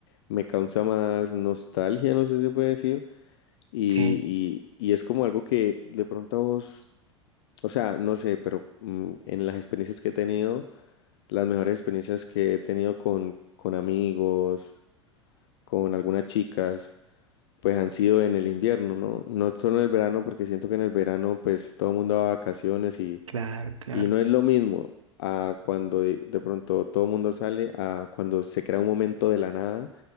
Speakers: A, on the left; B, on the right.
A: me causa más nostalgia, no sé si se puede decir. Y,
B: ok,
A: y, y es como algo que de pronto a vos, o sea, no sé, pero mm, en las experiencias que he tenido, las mejores experiencias que he tenido con, con amigos, con algunas chicas, pues han sido en el invierno, ¿no? No solo en el verano, porque siento que en el verano pues todo el mundo va a vacaciones y
B: claro, claro.
A: Y no es lo mismo a cuando de, de pronto todo el mundo sale, a cuando se crea un momento de la nada